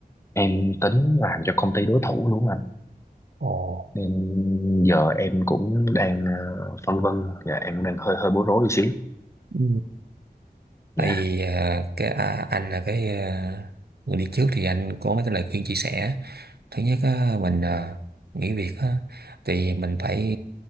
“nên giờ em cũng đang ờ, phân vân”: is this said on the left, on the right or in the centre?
Left